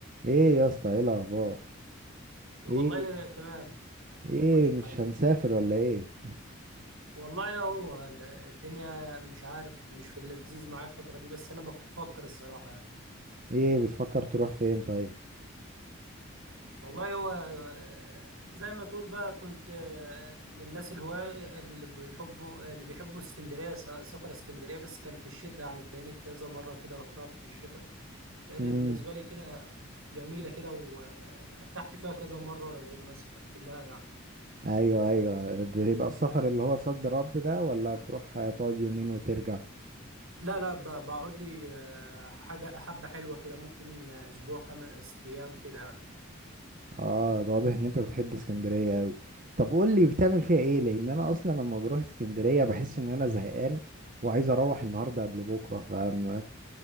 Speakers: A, on the right; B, on the right.
A: ايه يا اسطى ايه الاخبار
B: والله
A: ايه
B: تمام
A: ايه
B: هو ماشي
A: مش
B: الحال
A: هنسافر ولا ايه
B: والله اهو الدنيا مش عارف مش في اللذيذ معايا الفترة دي بس انا بفكر الصراحة يعني
A: ايه بتفكر تروح فين طيب
B: والله هو آه، زي ما تقول بقى كنت آه، من الناس الهواة اللي بيحبوا اللي بيحبوا اسكندرية س- سفر اسكندرية بس كان في الشتاء يعني تلاقيني كذا مرة كده رحتها في الشتاء لأن
A: امم
B: بالنسبة لي كده جميلة كده وارتحت فيها كذا مرة لما سافرت لها يعني
A: ايوه ايوه بيبقى السفر اللي هو صد رد ده ولا بتروح تقعد يومين وترجع
B: لا لا ب- بقعد لي آه، حاجة حبة حلوة كده ممكن آه، أسبوع خمس أيام كده يعني
A: اه ده واضح ان انت بتحب اسكندريه قوي طب قول لي بتعمل فيها ايه لان انا اصلا لما بروح اسكندريه بحس ان انا زهقان وعايز اروح النهارده قبل بكره فاهم